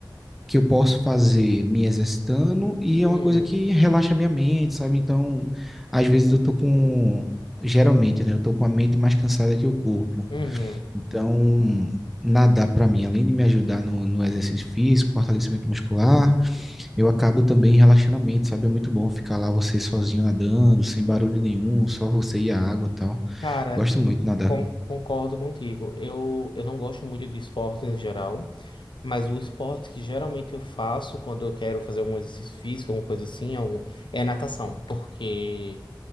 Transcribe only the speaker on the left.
Uhum,
uhum.
Cara,
con- concordo contigo. Eu, eu não gosto muito de esporte em geral, mas o esporte que geralmente eu faço quando eu quero fazer algum exercício físico, alguma coisa assim, algum, é natação, porque